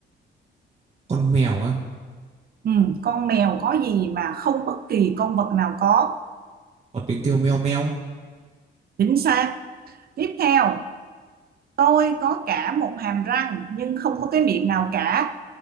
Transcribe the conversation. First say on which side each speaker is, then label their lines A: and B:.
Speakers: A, on the right (about 35°); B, on the right (about 50°).
A: con mèo á
B: ừ, con mèo có gì mà không bất kỳ con vật nào có
A: có tiếng kêu meo meo
B: chính xác tiếp theo tôi có cả một hàm răng nhưng không có cái miệng nào cả